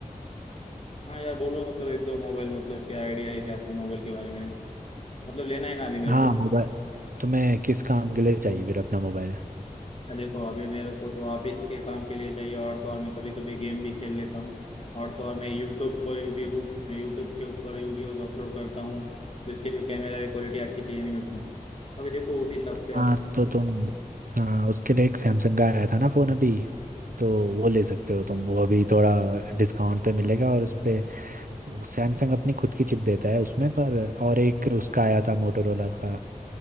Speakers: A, on the left; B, on the right.
A: हाँ यार बोलो मतलब एक दो मोबाइल मतलब क्या आइडिया है क्या आपको मोबाइल के बारे में मतलब लेना है ना अभी मेरे
B: हाँ
A: को
B: मोबाइल तुम्हें किस काम के लिए चाहिए फिर अपना मोबाइल
A: देखो अभी मेरे को तो ऑफिस के काम के लिए चाहिए और तो और मैं कभी कभी गेम भी खेल लेता हूँ और तो और मैं यूट्यूब पर भी हूँ मैं यूट्यूब के ऊपर वीडियोज अपलोड करता हूँ तो इसके लिए कैमरा की क्वालिटी अच्छी चाहिए नहीं मेरे को अभी देखो उस हिसाब से
B: हाँ
A: आप
B: तो तुम हाँ उसके लिए एक सैमसंग का आया था ना फ़ोन अभी तो वो ले सकते हो तुम वो अभी थोड़ा डिस्काउंट पे मिलेगा और उस पे सैमसंग अपनी खुद की चिप देता है उसमें पर और एक उसका आया था मोटोरोला का